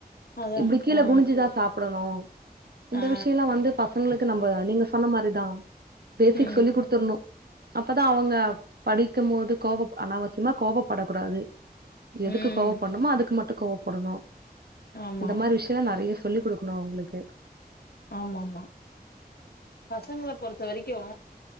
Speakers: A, on the left; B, on the right.
A: அதா
B: இப்டி கீழ
A: ஆ
B: குனிஞ்சுதா சாப்டணு இந்த
A: ஆ
B: விஷயெல்லா வந்து பா பசங்களுக்கு நம்ம நீங்க சொன்ன மாரிதா சிக்ஸ்
A: ம்
B: சொல்லி குடுத்துர்ணு அப்பதா அவுங்க படி இருக்கு போது கோபப் அனாவசியமா கோபப்படக் கூடாது எதுக்கு
A: ம்
B: கோபப் படணுமோ அதுக்கு மட்டு கோவப்படணு
A: ஆமா
B: இந்த மாரி விஷய எல்லா நெறைய சொல்லி குடுக்கணு அவுங்களுக்கு
A: ஆமாமா பசங்கள பொறுத்த வரைக்கு